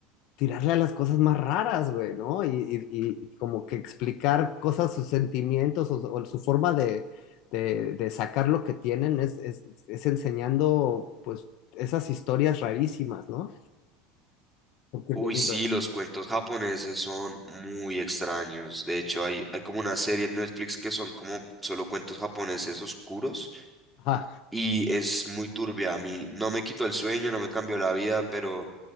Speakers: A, on the left; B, in the centre.
A: tirarle a las cosas más raras, güey, ¿no? Y, y- y y como que explicar cosas, sus sentimientos o, o su forma de, de- de sacar lo que tienen es, es, es enseñando, pues, esas historias rarísimas, ¿no? Porque
B: uy,
A: te digo,
B: sí, los cuentos japoneses son muy extraños. De hecho, hay, hay como una serie en Netflix que son como solo cuentos japoneses oscuros
A: ajá,
B: y es muy turbia. A mí no me quitó el sueño, no me cambió la vida, pero